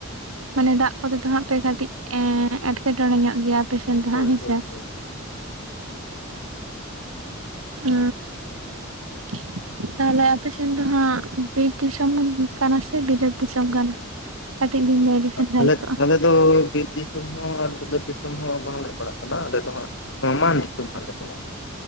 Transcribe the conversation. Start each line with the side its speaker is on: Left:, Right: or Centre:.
Right: ᱢᱟᱱᱮ ᱫᱟᱜ ᱠᱚᱛᱮ ᱫᱚ ᱦᱟᱸᱜ ᱯᱮ ᱠᱟᱹᱴᱤᱡ ᱮᱸᱜ ᱮᱸᱴᱠᱮᱴᱚᱬᱮ ᱧᱚᱜ ᱜᱮᱭᱟ᱾ ᱟᱞᱮᱥᱮᱱ ᱫᱚ ᱦᱟᱜ
Left: ᱦᱳᱭ
Right: ᱦᱮᱥᱮ
Left: ᱦᱳᱭ ᱦᱳᱭ
Right: ᱮᱻ <unintelligible> ᱛᱟᱦᱚᱞᱮ ᱟᱯᱮᱥᱮᱱ ᱫᱚ ᱦᱟᱸᱜ ᱵᱤᱨ ᱫᱤᱥᱚᱢ ᱠᱟᱱᱟ ᱥᱮ ᱵᱤᱞᱟᱹᱫ ᱫᱤᱥᱚᱢ ᱠᱟᱱᱟ? ᱠᱟᱹᱴᱤᱡ ᱵᱤᱱ ᱞᱟᱹᱭ ᱞᱮᱠᱷᱟᱱ ᱵᱷᱟᱜᱮ
Left: ᱟᱞᱮ
Right: ᱠᱚᱜ-ᱟ?
Left: ᱟᱞᱮ ᱫᱚ ᱵᱤᱨ ᱫᱤᱥᱚᱢ ᱦᱚᱸ ᱟᱨ ᱵᱤᱨ ᱫᱤᱥᱚᱢ ᱦᱚᱸ ᱵᱟᱝᱞᱮ ᱯᱟᱲᱟᱜ ᱠᱟᱱᱟ ᱟᱞᱮ ᱫᱚ ᱦᱟᱸᱜ, ᱱᱟᱢᱟᱞ ᱫᱤᱥᱚᱢ ᱞᱮ ᱦᱟᱜ ᱯᱟᱲᱟᱜ ᱠᱟᱱᱟ᱾